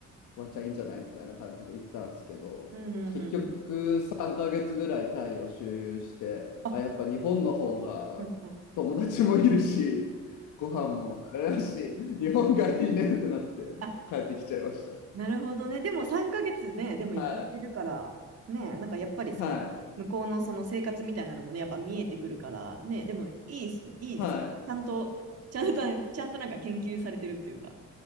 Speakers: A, on the left (about 80°); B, on the right (about 55°).
A: ワンチャンいいんじゃないみたいな感じで行ったんですけど、
B: うん、うん、
A: 結局3ヶ月ぐらいタイを周遊して、
B: うん、うん。あ、
A: あ、やっぱ日本の方が友達もいるし、
B: うん、うん。
A: ご飯もあれだし、日本がいいねってなって帰ってきちゃいました。
B: あ、なるほどね。でも3ヶ月ね、でも行かれてるから、
A: はい、
B: ね、なんかやっぱりその、
A: はい、
B: 向こうのその生活みたいなのもね、やっぱ見えてくるから、ね、でもいいっす、いいっす。
A: はい、
B: ちゃんと、ちゃんと、ちゃんとなんか研究されてるっていうか、